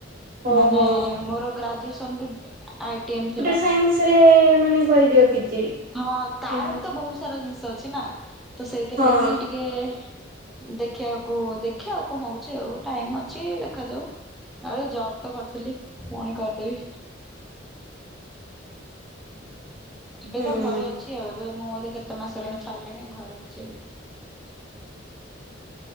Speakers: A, on the right (about 45°); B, in the centre.
A: ଓହୋ
B: ମାନେ ମୋର graduation BTech I T M ଥିଲା।
A: ସାବଇନ୍ସ ରେ ମାନେ କରିଦିଅ ପିଜି
B: ହଁ ତାର
A: ମାନେ
B: ବି ତ ବହୁତ ସାରା ଜିନିଷ ଅଛି ନାଁ ତ ସେଇଥିଲାଗି
A: ହଁ
B: ଟିକେ <unintelligible> ଆ କଣ ହଉଛି ଆଉ ଟାଇମ ଅଛି ଦେଖାଯାଉ। ଆଉ ଜବ୍ ତ କରିଥିଲି ପୁଣି କରିଦେବି। ଏବେ
A: ହୁଁ
B: ତ ଘରେ ଅଛି ଆଉ ଏବେ ମୁଁ ବୋଧେ କେତେ ମାସ ହେଲାଣି <unintelligible> ଆଉ ଘରେ ଅଛି ଏବେ।